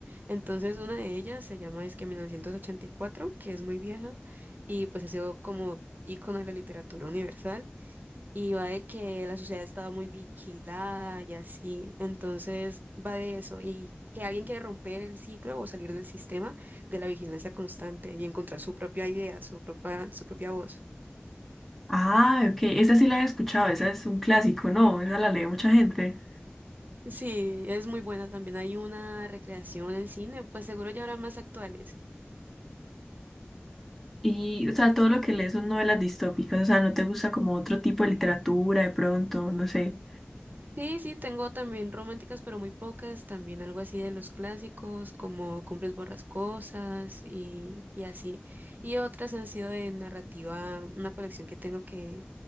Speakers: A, on the right; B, in the centre.
A: Entonces, una de ellas se llama es que 1984, que es muy vieja, y pues ha sido como ícono de la literatura universal, y va de que la sociedad estaba muy vigilada y así, entonces va de eso, y que alguien quiere romper el ciclo o salir del sistema de la vigilancia constante y encontrar su propia idea, su propia, su propia voz.
B: Ah, ok, esa sí la he escuchado, esa es un clásico, ¿no? Esa la lee mucha gente.
A: Sí, es muy buena también. Hay una recreación en cine, pues seguro ya habrá más actuales.
B: Y, o sea, todo lo que lees son novelas distópicas, o sea, no te gusta como otro tipo de literatura de pronto, no sé.
A: Sí, sí, tengo también románticas, pero muy pocas. También algo así de los clásicos, como Cumbres Borrascosas y, y así. Y otras han sido de narrativa, una colección que tengo que